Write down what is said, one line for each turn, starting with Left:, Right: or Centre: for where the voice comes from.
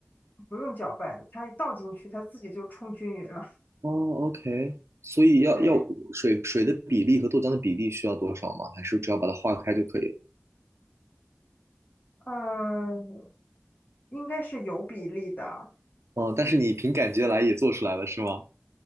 Left: 不用搅拌，它一倒进去它自己就冲均匀了。
Right: 哦，OK，所以要要水水的比例和豆浆的比例需要多少吗？
Left: 对，
Right: 还是只要把它化开就可以了？
Left: 嗯，应该是有比例的，
Right: 哦，但是你凭感觉来也做出来了，是吗？